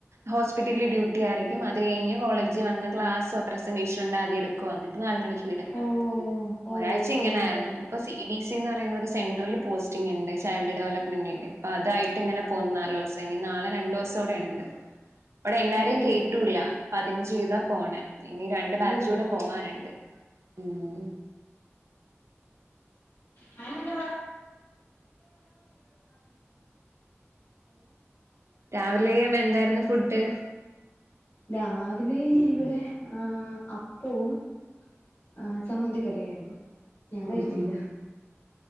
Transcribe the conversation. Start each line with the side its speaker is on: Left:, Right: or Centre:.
Right: ഹോസ്പി റ്റലി ഡ്യൂട്ടി ആയിരിക്കും അത് കഴിഞ്ഞ് കോളേജി വന്ന് ക്ലാസ്സൊ റസ് ൻ്റേഷനുണ്ട് അതെടുക്കു അന്നിട്ട് നാലുമണിക്ക് വിടും
Left: ഓ ഓ
Right: ഒരാഴ്ച ഇങ്ങനായിരുന്നു
Left: ഓ ഓ
Right: ഇപ്പൊ സി ബി സി എന്ന് പറയുന്ന ഒരു സെൻട്രൽ പോസ്റ്റിംങ് ഇണ്ട് ചൈൽഡ് ഡെവലപ്മെൻ്റിൻ്റെ അപ്പ അതായിട്ട് ഇങ്ങനെ പോവും ന്നാലോ <unintelligible> നാളെ രണ്ടു ദിവസം കൂടെ ഇണ്ട് ഇവിടെ എല്ലാരേം
Left: ആഹ്
Right: കേറ്റൂല്ല
Left: ഓ
Right: പതിൻഞ്ച് ചെയീതാ പോണേ ഇനി രണ്ട് ബാച്ചുടെ
Left: ഒരു മിനിറ്റ്
Right: പോവാനുണ്ട് ഉം
Left: ഹലോ
Right: രാവിലെയും എന്തായിരുന്നു ഫുഡ്
Left: രാവിലെ ഇവിടെ ആ അപ്പവും ആ ചമ്മന്തിക്കറിയായിരുന്നു ഞാൻ
Right: ഉം
Left: കഴിച്ചില്ല
Right: ഉം